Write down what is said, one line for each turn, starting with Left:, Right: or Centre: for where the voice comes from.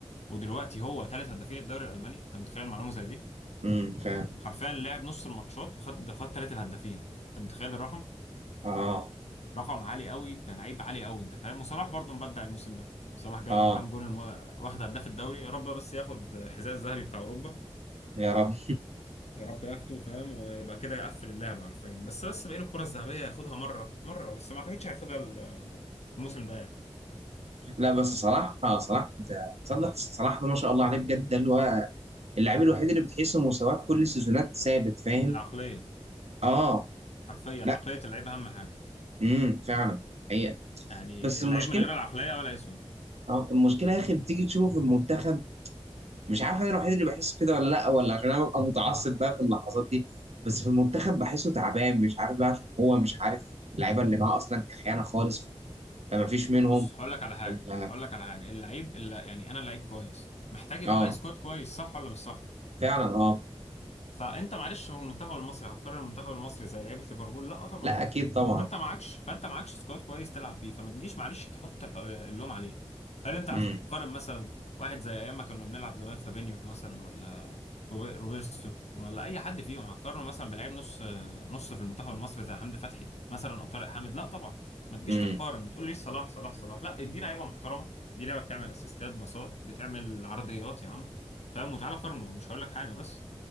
Left: ودلوقتي هو ثالث هدافين الدوري الالماني انت متخيل معلومه زي دي
Right: امم فاهم
Left: حرفيا لعب نص الماتشات وخد خد ثالث الهدافين انت متخيل الرقم
Right: اه
Left: رقم عالي قوي كلاعب عالي قوي انت فاهم وصلاح برضه مبدع الموسم ده صلاح جايب
Right: اه
Left: له كام جون الم... واخد هداف الدوري يا رب بس ياخد حذاء الذهبي بتاع اوروبا
Right: يا رب
Left: يا رب ياخده فاهم ويبقى كده يقفل اللعبة حرفيا بس بس بقيل الكرة الذهبية ياخدها مرة مرة بس ما اعتقدش هياخدها ال- الموسم ده يعني
Right: لا بس صلاح آه صلاح ده صلاح صلاح ده ما شاء الله عليه بجد ده اللي هو اللاعب الوحيد اللي بتحس إن مستواه في كل السيزونات ثابت فاهم
Left: العقلية
Right: اه
Left: حرفيا
Right: لا
Left: عقلية اللعيب أهم حاجة
Right: امم فعلا حقيقة
Left: يعني
Right: بس
Left: اللعيب
Right: المشكله
Left: من غير العقلية ولا يسوى
Right: اه المشكله يا اخي بتيجي تشوفه في المنتخب مش عارف انا الوحيد اللي بحسه كده ولا لا ولا عشان انا ببقى متعصب بقى في اللحظات دي بس في المنتخب بحسه تعبان مش عارف بقى عشان هو مش عارف اللعيبه اللي معاه اصلا كخيانه خالص فما فيش منهم
Left: بص هقول لك على حاجة
Right: ولا
Left: هقول لك على حاجة اللعيب اللي يعني أنا لعيب كويس محتاج يبقى
Right: اه
Left: معايا سكواد كويس صح ولا مش صح
Right: فعلا اه
Left: فأنت معلش هو المنتخب المصري هفكر المنتخب المصري زي لعيبة ليفربول لا طبعا
Right: لا اكيد طبعا
Left: فانت معكش فانت معكش سكواد كويس تلعب بيه فما تجيش معلش تحط الح- اللوم عليه هل انت هتقارن
Right: امم
Left: مثلا واحد زي ايام ما كنا بنلعب زمان فابينيو مثلا ولا روبي- روبرتسون ولا اي حد فيهم هتقارنه مثلا بلعيب نص نص في المنتخب المصري زي حمدي فتحي مثلا او طارق حامد لا طبعا ما تجيش
Right: امم
Left: تقارن وتقول لي صلاح صلاح صلاح لا دي لعيبه محترمه دي لعيبه بتعمل اسيستات باصات بتعمل عرضيات يا عم فاهم وتعالى قارنه مش هقول لك حاجه بس